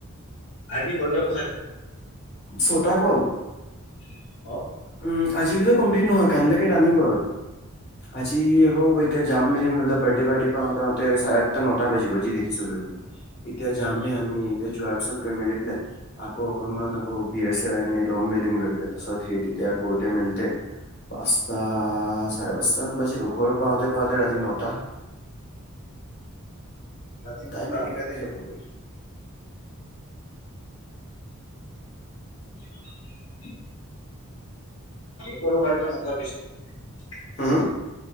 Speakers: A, on the left; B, on the left.
A: আজি হৈ যাব চাগে?
B: ছ টা কল
A: <inaudible>
B: উম আজি ভিতৰত কমপ্লিট নহয়। কাইলৈকে টানিব আৰু আজি আকৌ এতিয়া যাম মেলিম বোলে বাৰ্থডে পৰা পাওঁতে চাৰে আঠটা নটা বাজিব যি দেখিছো বোলে এতিয়া যামহে আমি এতিয়া যোৱাৰ পিছত গৈ মেলি পেলাই আকৌ অকনমান আকৌ বিয়াৰ চিয়াৰ ল'ম মেলিম গৈ পেলাই পিছত সে তেতিয়া কৰোতে মেলোতে পাঁচটা চাৰে পাঁচ মান বাজিব ঘৰ পাওঁতে পাওঁতে ৰাতি নটা
A: ৰাতি
B: টাইম
A: নটা
B: এনেকাতে যাবগৈ
A: <inaudible> কৰবাৰী পৰা নটাৰ পিছত
B: হ হ